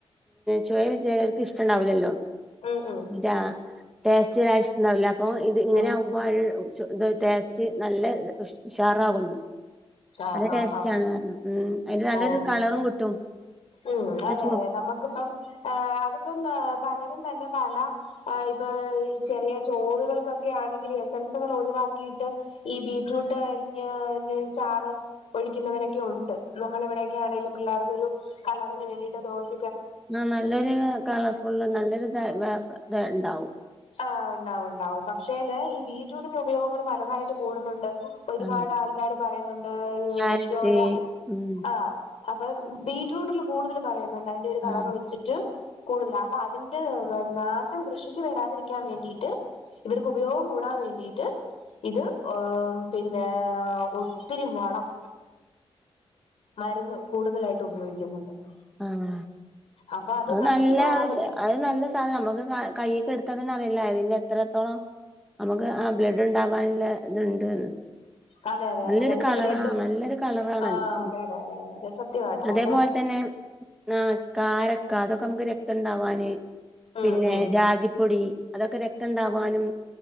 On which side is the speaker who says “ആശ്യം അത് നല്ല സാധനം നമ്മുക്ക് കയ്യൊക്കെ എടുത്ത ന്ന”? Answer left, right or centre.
Centre